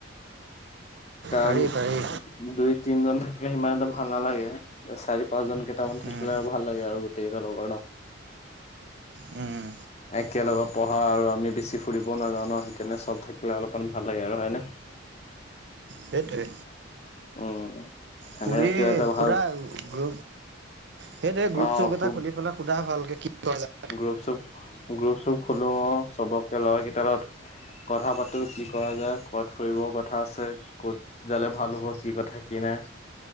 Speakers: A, on the left; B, on the right.
A: কাৰণ।
B: পাৰি পাৰি
A: দুই তিনজন থাকিলে সিমান এটা ভাল নালাগে। চাৰি পাঁচজন কেইটামান থাকিলে
B: উম,
A: আৰু ভাল লাগে আৰু গোটেইকেইটা লগৰ ন।
B: উম।
A: একেলগে পঢ়া আৰু আমি বেছি ফুৰিব নাযাওঁ ন সেইকাৰণে চব থাকিলে অলপমান ভাল লাগে আৰু হয় নে।
B: সেইটোৱে।
A: উম সেনেকে
B: সুুৰী
A: কিবা এটা ভাল
B: সুৰা গ্ৰ। সেইটোৱে গ্ৰুপ
A: অ
B: চুপ এটা
A: খুব
B: খুলি পেলাই সোধা ভালকে কি। কৰা যায়
A: গ্ৰুপ চুপ গ্ৰুপ চুপ খোলো চবককে লৰা কেইটা লগত। কথা পাতো কি কৰা যায় ক'ত ফুৰিবৰ কথা আছে কত। জালে ভাল হোৱা কি কথা কি নাই।